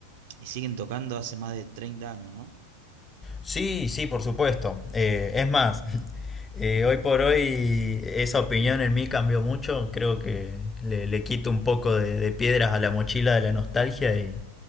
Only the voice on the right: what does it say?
Y siguen tocando hace más de 30 años, ¿no?